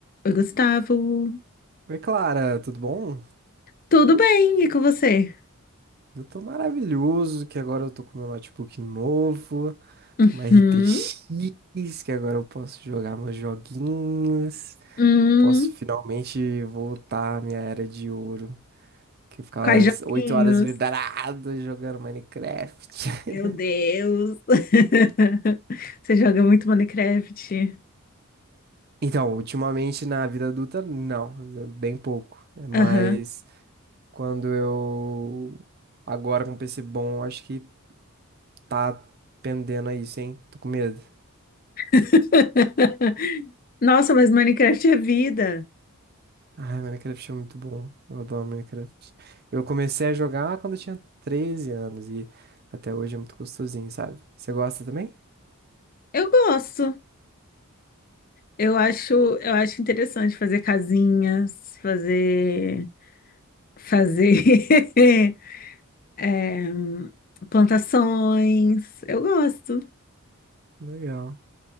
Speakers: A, on the left (about 40°); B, on the right (about 45°).
A: Oi, Gustavo.
B: Oi, Clara, tudo bom?
A: Tudo bem? E com você?
B: Eu tô maravilhoso, que agora eu tô com meu notebook novo,
A: Uhum.
B: uma RTX, que agora eu posso jogar meus joguinhos,
A: Hum.
B: posso finalmente voltar à minha era de ouro, que eu ficava
A: Quais
B: às
A: joguinhos?
B: 8 horas vidrado jogando Minecraft.
A: Meu
B: <laughs>
A: Deus. <laughs> Você joga muito Minecraft.
B: Então, ultimamente na vida adulta, não, bem pouco, né? mas
A: Aham.
B: quando eu agora com um PC bom, acho que tá pendendo a isso, hein? Tô com medo.
A: <laughs> Nossa, mas Minecraft é vida.
B: Ai, Minecraft é muito bom. Eu adoro Minecraft. Eu comecei a jogar quando eu tinha 13 anos e até hoje é muito gostosinho, sabe? Você gosta também?
A: Eu gosto. Eu acho, eu acho interessante fazer casinhas, fazer, fazer <laughs> é, plantações. Eu gosto.
B: Legal.